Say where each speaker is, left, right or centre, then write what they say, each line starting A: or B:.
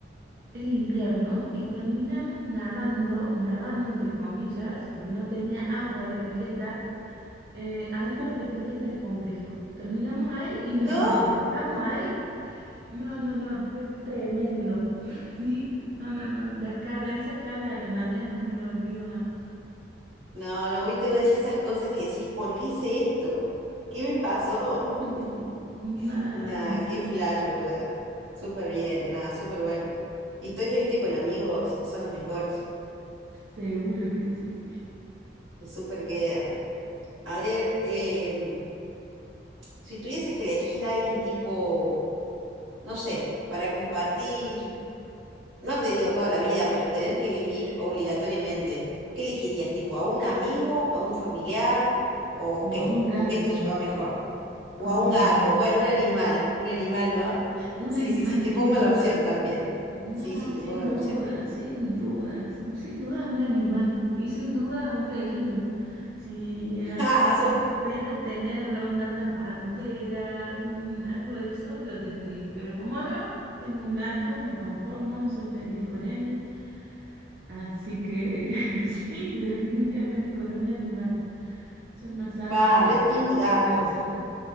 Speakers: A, on the right (about 55°); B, on the right (about 85°).
A: era invierno y terminamos nadando, nadando entre comillas porque no tenía agua la pileta eh, adentro
B: <laughs>
A: de la pileta del complejo. Terminamos ahí y nos
B: No,
A: despertamos ahí. No, no, no, fue tremendo. <laughs> Sí, no, no, no. Las caras, esas caras a la mañana no me las olvido más.
B: no, no, hoy te voy a decir esas cosas que decís, ¿por qué hice esto? ¿Qué me pasó? <laughs>
A: Mal,
B: Nah,
A: sí.
B: qué flash, boluda. Súper bien, nah, súper bueno. Historias, viste, con amigos son las mejores.
A: Seguro que sí.
B: Te súper quedan. A ver, em, si tuvieses que elegir a alguien tipo, no sé, para compartir. no te digo toda la vida, pero tener que vivir obligatoriamente, ¿qué elegirías? ¿Tipo a un amigo, a un familiar o
A: O
B: qué?
A: a un gato,
B: ¿Con qué te llevas mejor? ¿O
A: con
B: a un
A: un
B: gato?
A: gato.
B: Bueno, un animal, un animal, ¿no?
A: Un
B: Sí,
A: animal
B: sí, sí, te
A: sin
B: pongo
A: duda.
B: la opción también.
A: No,
B: Sí, sí, te
A: sin
B: pongo la
A: duda,
B: opción.
A: sin dudas, un- sin duda es un animal y sin duda es un felino. Si en
B: <laughs>
A: Argentina
B: ¡Ah! Sos,
A: se pudiera tener onda una pantera, un algo de eso, lo tendría. Pero como no, tengo un gato, me conformo, soy feliz con él. Así que <laughs> sí, definitivamente con un animal. Son más sanos
B: pa,
A: que
B: re team
A: las
B: gato.
A: personas.